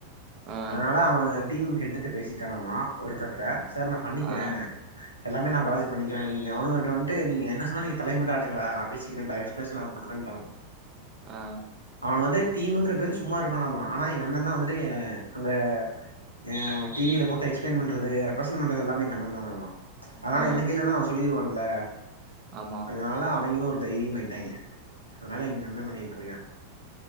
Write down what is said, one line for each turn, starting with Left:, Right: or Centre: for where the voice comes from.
Right: அ,
Left: அதனால அவன் டீம் ஹெட்டுட்ட பேசிட்டானாம்மா ஒருத்தர்கிட்ட சார் நான் பண்ணிக்கிறே
Right: அ,
Left: எல்லாமே நா ப்ராஜெக்ட் பண்ணிக்கிறே நீங்க அவனுகட்ட வந்டு நீங்க என்ன சொன்னால் நீங்க தலைய மட்டு ஆட்டுங்கடா நா பேசிக்கிறன்டா எக்ஸ்ப்ரசன் நா குடுக்குறன்டா
Right: ஆ
Left: அவனு வந்து டீமுங்கிற பேர்ல சும்மா இருப்பானாமா ஆனா எங்க அண்ணந்தா வந்துட்டு அந்த அ டிவியில போட்டு எக்ஸ்பிளைன் பண்றது ரெப்ரசன் பண்றது எல்லேமே எங்க அண்ண தானாமா அதனால
Right: அ.
Left: எந்த கேள்வியாருந்தாலு அவ சொல்லிருவான்ல
Right: ஆமா
Left: அதனால அவங்களு ஒரு தைரியமாயிட்டாங்ஞ அதனால எங்க அண்ண பண்ணிகிட்டுரிக்கா